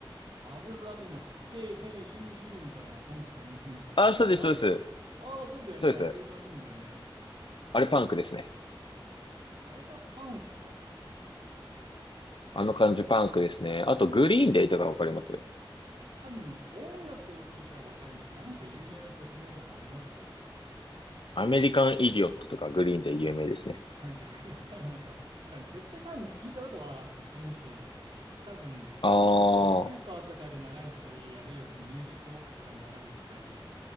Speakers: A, on the right (about 65°); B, on the left (about 65°).
A: アブリル・ラビーンなんか、Hey, hey, you, you みたいな音楽ありませんでしたっけ違う
B: あ、そうです、そうです。
A: ああー、そうだよね。
B: そうです。
A: アブリル・ラビーンだよね。
B: あれパンクですね。
A: あれがパンクか。
B: あの感じパンクですね。あと、グリーンデイとかわかります
A: 多分、音楽を聴いたらわかるんですけど、なんか有名な曲名とかあります
B: アメリカン・イディオットとかグリーンデイ有名ですね。
A: <laughs> 逆にわかんないかも。多分、絶対多分聞いたことはあるはず、人生で。多分、
B: ああ、
A: そう、スーパーとかで流れてたり、あるいはそのミュージックボックスとかで流れてたり、